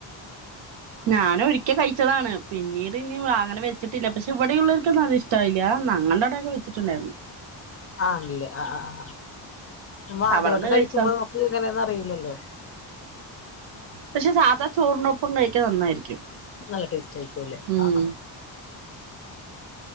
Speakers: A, on the right; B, on the left.
A: ഞാനൻ ഒരിക്കെ കഴിച്ചതാണ് പിന്നീട് ഇനി അങ്ങനെ വെച്ചിട്ടില്ല പക്ഷെ ഇവിടെള്ളവർക്കൊന്നും അത് ഇഷ്ടായില്ല ഞങ്ങളുടെ ആടൊക്കെ വെച്ചിട്ടുണ്ടായിരുന്നു
B: ആണല്ലേ ആ ആ ആ നമ്മ ആദ്യമായിട്ട്
A: അവിടെന്ന്
B: കഴിക്കുമ്പോ
A: കഴിച്ചതാ
B: നമുക്ക് ഇങ്ങനെയൊന്നും അറിയിലല്ലോ
A: പക്ഷേ സാധാ ചോറിനൊപ്പം കഴിക്കാൻ നന്നായിരിക്കും
B: നല്ല ടേസ്റ്റ് ആയിരിക്കോല്ലെ
A: ഉം
B: ആ ആ